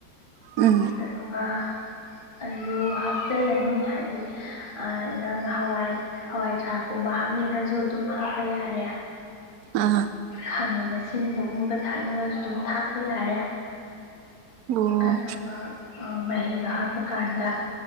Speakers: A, on the right; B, on the left.
A: ꯎꯝ
B: ꯑꯗꯨꯒ ꯑꯂꯨ ꯍꯥꯞꯆꯤꯜꯂꯅꯤ ꯍꯥꯏꯗꯤ ꯏꯅꯥꯎꯅ ꯍꯋꯥꯏ ꯍꯋꯥꯏ ꯊꯔꯥꯛꯀꯨꯝꯕ ꯍꯥꯞꯅꯤꯡꯉꯁꯨ ꯑꯗꯨꯝ ꯍꯥꯞꯄ ꯌꯥꯔꯦ
A: ꯑꯥ
B: ꯈꯥꯃꯦꯟ ꯑꯁꯤꯟꯕꯒꯨꯝꯕ ꯊꯥꯛꯅꯤꯡꯉꯁꯨ ꯑꯗꯨꯝ ꯊꯥꯛꯄ ꯌꯥꯔꯦ
A: ꯑꯣ
B: ꯑꯗꯨꯒ ꯃꯍꯤꯗꯣ ꯍꯥꯞꯄꯀꯥꯟꯗ